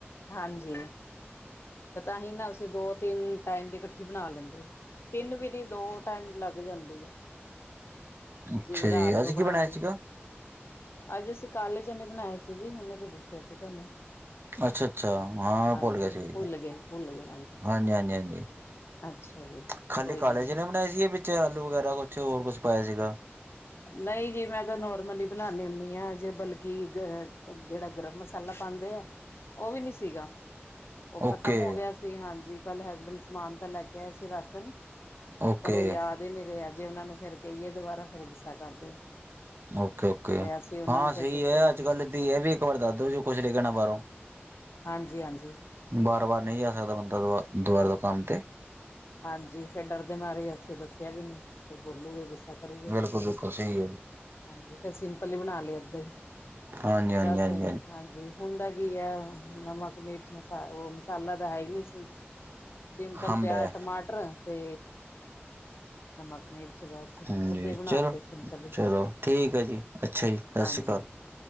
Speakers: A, on the left (about 65°); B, on the right (about 55°).
A: ਹਾਂਜੀ ਪਤਾ ਹੀ ਨਾ ਅਸੀਂ ਦੋ ਤਿੰਨ ਟਾਈਮ ਦੀ ਇਕੱਠੀ ਬਣਾ ਲੈਂਦੇ, ਤਿੰਨ ਵੀ ਨਹੀਂ ਦੋ ਟਾਈਮ ਲੱਗ ਜਾਂਦੀ ਆ।
B: ਅੱਛਾ
A: ਜਿਵੇਂ ਰਾਤ
B: ਜੀ ਅੱਜ
A: ਨੂੰ ਬਣਾ
B: ਕੀ ਬਣਾਇਆ
A: ਲਈ
B: ਸੀਗਾ
A: ਅੱਜ ਅਸੀਂ ਕਾਲੇ ਚਨੇ ਬਣਾਏ ਸੀ ਜੀ ਹੁਣੇ ਤਾਂ ਦੱਸਿਆ ਸੀ ਤੁਹਾਨੂੰ।
B: ਅੱਛਾ -ਅੱਛਾ ਹਾਂ
A: ਹਾਂਜੀ
B: ਭੁੱਲ ਗਿਆ ਸੀਗਾ ਜੀ,
A: ਭੁੱਲ
B: ਹਾਂਜੀ-
A: ਗਏ ਭੁੱਲ ਗਏ
B: ਹਾਂਜੀ -ਹਾਂਜੀ।
A: <unintelligible>
B: ਖਾਲੀ
A: ਕੋਈ
B: ਕਾਲੇ
A: ਗੱਲ
B: ਚਨੇ
A: ਨੀ।
B: ਬਣਾਏ ਸੀ ਜਾਂ ਵਿੱਚ ਵਗੈਰਾ ਕੁਛ ਹੋਰ ਕੁਛ ਪਾਇਆ ਸੀਗਾ।
A: ਨਹੀਂ ਜੀ ਮੈਂ ਤਾਂ ਨੋਰਮਲੀ ਬਣਾਣੀ ਹੁੰਦੀ ਆਂ, ਜੇ ਬਲਕਿ ਅ ਜਿਹੜਾ ਗਰਮ ਮਸਾਲਾ ਪਾਂਦੇ ਆ ਉਹ ਵੀ ਨੀ ਸੀਗਾ। ਉਹ ਖ਼ਤਮ
B: ਓਕੇ
A: ਹੋ ਗਿਆ ਸੀ ਹਾਂਜੀ। ਕੱਲ ਹਸਬੈਂਡ ਸਮਾਨ ਤਾਂ ਲੈ ਕੇ ਆਏ ਸੀ ਰਾਸ਼ਨ।
B: ਓਕੇ
A: ਪਰ ਉਹ ਯਾਦ ਹੀ ਨਹੀਂ ਰਿਹਾ। ਜੇ ਉਹਨਾ ਨੂੰ ਫਿਰ ਕਹੀਏ ਦੁਬਾਰਾ ਫਿਰ ਗੁਸ ਗੁਸਾ ਕਰਦੇ।
B: ਓਕੇ, ਓਕੇ
A: ਤੇ ਅਸੀਂ ਉਹਨਾਂ
B: ਹਾਂ
A: ਨੂੰ ਫਿਰ
B: ਸਹੀ
A: ਦੱਸਿਆ
B: ਹੈ, ਅੱਜ- ਕੱਲ ਦੀ ਇਹ ਵੀ ਇੱਕ ਵਾਰ ਦੱਸਦੋ ਵੀ ਇਹ ਕੁਛ ਲੈ ਕੇ ਆਣਾ ਬਾਹਰੋਂ।
A: ਹਾਂਜੀ ਹਾਂਜੀ
B: ਵਾਰ- ਵਾਰ ਨਹੀਂ ਜਾ ਸਕਦਾ ਬੰਦਾ ਦ
A: ਤੇ
B: ਦੁਬਾਰਾ ਦੁਕਾਨ ਤੇ।
A: ਹਾਂਜੀ ਫੇਰ ਡਰਦੇ ਮਾਰੇ ਅਸੀੇ ਦੱਸਿਆ ਵੀ ਨੀ ਫੇਰ ਬੋਲੂਗੇ ਗੁੱਸੇ ਕਰੂਗੇ
B: ਬਿਲਕੁਲ ਬਿਲਕੁਲ ਸਹੀ ਹੈ
A: ਹਾਂਜੀ ਫਿਰ ਸਿੰਪਲ ਹੀ ਬਣਾ ਲਿਆ ਇੱਦਾਂ ਹੀ
B: ਹਾਂਜੀ ਹਾਂਜੀ
A: ਬਸ
B: ਹਾਂਜੀ
A: ਹਾਂਜੀ। ਹੁੰਦਾ ਕੀ ਹੈ ਨਮਕ ਮਿਰਚ ਮਸਾ ਉਹ ਮਸਾਲਾ ਤਾਂ ਹੈ ਹੀ ਨਹੀਂ ਸੀ। ਸਿੰਪਲ
B: ਹੰਬ
A: ਪਿਆਜ
B: ਹੈ
A: ਫਿਰ ਤੇ ਨਮਕ ਮਿਰ ਅੱਛਾ ਬਸ ਇੱਦਾਂ
B: ਹਾਂਜੀ
A: ਹੀ ਬਣਾ
B: ਚਲੋ
A: ਤੇ ਸਿੰਪਲ
B: ਚਲੋ ਠੀਕ ਹੈ ਜੀ ਅੱਛਾ ਜੀ ਸਤਿ
A: ਹਾਂਜੀ
B: ਸ਼੍ਰੀ ਅਕਾਲ